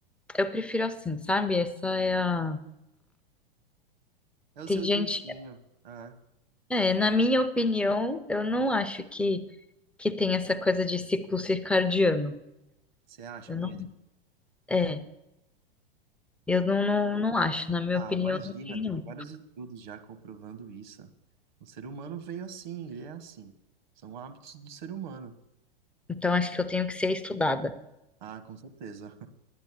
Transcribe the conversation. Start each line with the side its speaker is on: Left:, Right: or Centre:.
Centre: Eu prefiro assim, sabe? Essa é a.
Right: É o
Centre: Tem
Right: seu
Centre: gente.
Right: jeitinho. É,
Centre: É, na minha opinião, eu não acho que, que tem essa coisa de ciclo circadiano.
Right: você acha
Centre: Eu
Right: mesmo?
Centre: não. É, eu não, não, não acho. Na minha
Right: Ah,
Centre: opinião,
Right: imagina,
Centre: não tem,
Right: teve
Centre: não.
Right: vários estudos já comprovando isso. O ser humano veio assim, ele é assim. São hábitos do ser humano.
Centre: Então acho que eu tenho que ser estudada.
Right: Ah, com certeza.